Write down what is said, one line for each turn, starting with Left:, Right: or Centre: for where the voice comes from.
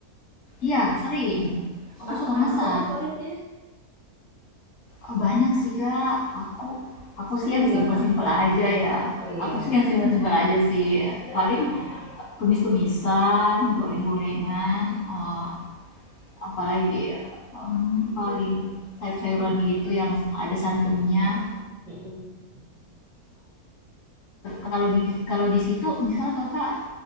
Left: ya sering, aku
Right: Masakan
Left: suka masak.
Right: apa favoritnya?
Left: Oh, banyak sih, Kak. Aku aku
Right: Semua
Left: sih yang
Right: dimasak.
Left: simpel-simpel aja ya,
Right: Oh iya,
Left: aku sih yang simpel-simpel aja sih, paling tumis-tumisan, goreng-gorengan, eee, apalagi ya, mmm, paling sayur-sayuran gitu yang ada santannya,
Right: Mm-mm.
Left: Kalau di kalau di situ misalnya kakak